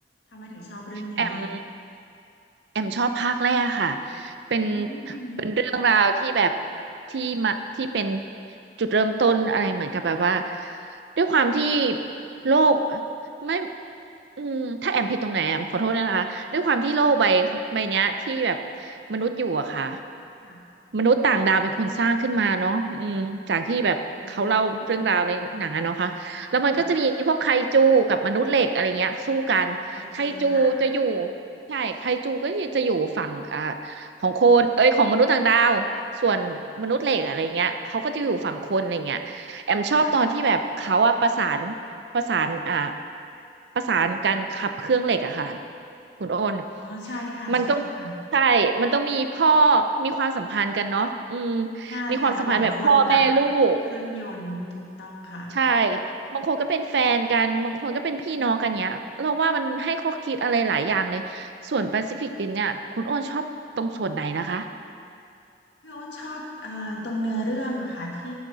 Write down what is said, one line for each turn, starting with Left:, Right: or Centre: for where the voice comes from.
Left: ทำไมถึงชอบเรื่องนี้
Right: แอม แอมชอบภาคแรกค่ะ เป็น
Left: อืม
Right: เป็นเรื่องราวที่แบบที่มาที่เป็นจุดเริ่มต้นอะไรเหมือนกับแบบว่า ด้วยความที่โลกไม่อืมถ้าแอมผิดตรงไหนแอมขอโทษนะคะด้วยความที่โลกใบใบเนี้ยที่แบบมนุษย์อยู่อะค่ะ
Left: ค่ะ
Right: มนุษย์ต่างดาวเป็นคนสร้างขึ้นมาเนาะอืมจากที่แบบเขาเล่าเรื่องราวในหนังอะเนาะค่ะแล้วมันก็จะมีพวกไคจูกับมนุษย์เหล็กอะไรเงี้ยสู้กันไคจูจะอยู่
Left: อืมค่ะค่ะค่ะอ่าใครเจอค่ะ
Right: ใช่ไคจูก็จะอยู่ฝั่งอ่าของคนเอ้ยของมนุษย์ต่างดาว ส่วนมนุษย์เหล็กอะไรเงี้ยเขาก็จะอยู่ฝั่งคนอะไรเงี้ยแอมชอบตอนที่แบบเขาอะประสาน
Left: อืมค่ะ
Right: ประสานอ่าประสานกันขับเครื่องเหล็กอะค่ะ คุณโอน
Left: โอ้ใช่ค่ะใช่ค่ะ
Right: มันต้องใช่มันต้องมีพ่อมีความสัมพันธ์กันเนาะอืม
Left: ใช่ค่ะระหว่างคนกับ
Right: มีความสัมพันธ์แบบพ่อแม่ลูก
Left: เครื่องยนต์ถูกต้องค่ะ
Right: ใช่ บางคนก็เป็นแฟนกัน บางคนก็เป็นพี่น้องกันเนี้ยเราว่ามันให้ข้อคิดอะไรหลายอย่างเลย ส่วนแปซิฟิกริมเนี่ย คุณโอ้นชอบตรงส่วนไหนนะคะ
Left: พี่โอ้นชอบเอ่อตรงเนื้อเรื่องอะค่ะที่